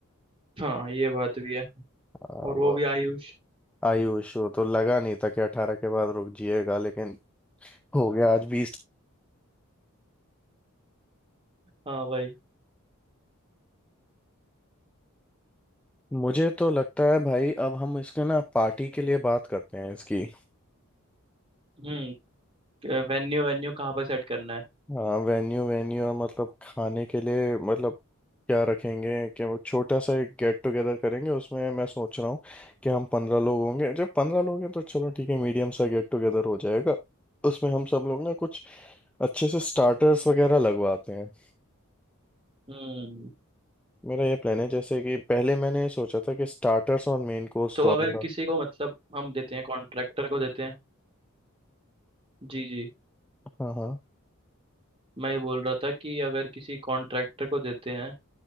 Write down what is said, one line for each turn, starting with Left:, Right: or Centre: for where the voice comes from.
Right: हाँ ये बात भी है
Centre: आ,
Right: और
Centre: वो
Right: वो भी आयुष
Centre: आयु इशू तो लगा नहीं था कि अठारह के बाद रुक जिएगा लेकिन हो गया आज बीस
Right: हाँ भाई
Centre: मुझे तो लगता है भाई अब हम इसके ना पार्टी के लिए बात करते हैं इसकी
Right: हम्म वेन्यू वेन्यू कहाँ पर सेट करना है
Centre: हाँ वेन्यू वेन्यू और मतलब खाने के लिए मतलब क्या रखेंगे कि वो छोटा सा एक गेट टुगेदर करेंगे उसमें मैं सोच रहा हूँ कि हम पंद्रह लोग होंगे जब पंद्रह लोग हैं तो चलो ठीक है मीडियम सा गेट टुगेदर हो जाएगा उसमें हम सब लोग ना कुछ अच्छे से स्टार्टर्स वगैरह लगवाते हैं
Right: हम्म
Centre: मेरा ये प्लान है जैसे कि पहले मैंने ये सोचा था कि स्टार्टर्स और मेन कोर्स
Right: तो
Centre: दोनों
Right: अगर
Centre: लग-
Right: किसी को मतलब हम देते हैं कॉन्ट्रैक्टर को देते हैं जी जी
Centre: हाँ हाँ
Right: मैं ये बोल रहा था कि अगर किसी कॉन्ट्रैक्टर को देते हैं